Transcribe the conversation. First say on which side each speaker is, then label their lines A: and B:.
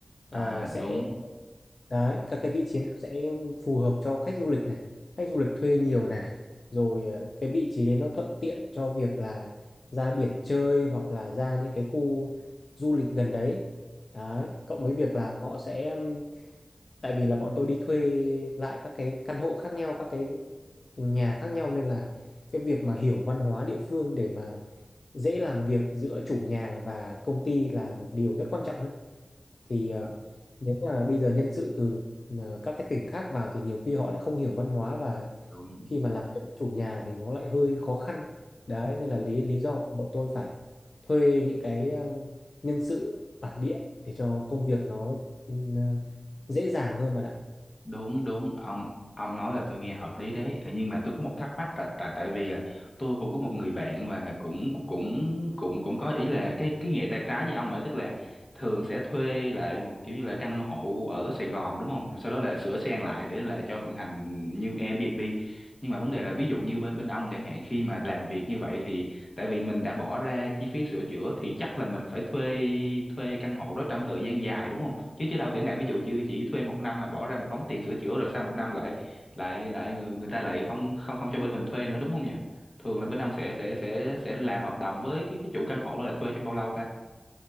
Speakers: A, on the left; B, on the left.
A: ờ,
B: à
A: sẽ
B: đúng
A: đấy
B: đúng
A: các cái vị trí nào sẽ phù hợp cho khách du lịch này, khách du lịch thuê nhiều này, rồi ờ, cái vị trí đấy nó thuận tiện cho việc là ra biển chơi hoặc là ra những cái khu du lịch gần đấy. Đấy, cộng với việc là họ sẽ tại vì là bọn tôi đi thuê lại các cái căn hộ khác nhau các cái nhà khác nhau nên là cái việc mà hiểu văn hóa địa phương để mà dễ làm việc giữa chủ nhà và công ty là một điều rất quan trọng ấy. Thì ờ,
B: à,
A: nếu mà bây giờ nhân sự từ ờ, các cái tỉnh khác vào thì nhiều khi họ lại không hiểu văn hóa và
B: đúng
A: khi mà làm việc với chủ nhà thì nó lại hơi khó khăn. Đấy nên
B: đúng
A: là lý lý do bọn tôi phải thuê những cái ờ, nhân sự bản địa để cho công việc nó ừ, ờ, dễ dàng hơn bạn ạ.
B: đúng đúng ông ông nói là tôi nghe hợp lý đấy Ờ, nhưng mà tôi có một thắc mắc tại tại tại vì là tôi cũng có một người bạn và cũng cũng cũng cũng có ý là cái cái nghề tay trái như ông ấy tức là thường sẽ thuê lại một kiểu như là căn hộ ở Sài Gòn đúng không rồi sau đó là sửa sang lại để là cho vận hành như Airbnb nhưng mà vấn đề là ví dụ như bên bên ông chẳng hạn khi mà làm việc như vậy thì tại vì mình đã bỏ ra chi phí sửa chữa thì chắc là mình phải thuê thuê căn hộ đó trong thời gian dài đúng không chứ chứ đâu thể nào ví dụ chỉ chỉ thuê một năm mà bỏ ra một đống tiền sửa chữa rồi sau một năm lại lại lại người người ta lại không không không cho bên mình thuê nữa đúng không nhỉ thường là bên ông sẽ sẽ sẽ sẽ làm hợp đồng với cái cái chủ căn hộ đó là thuê trong bao lâu ta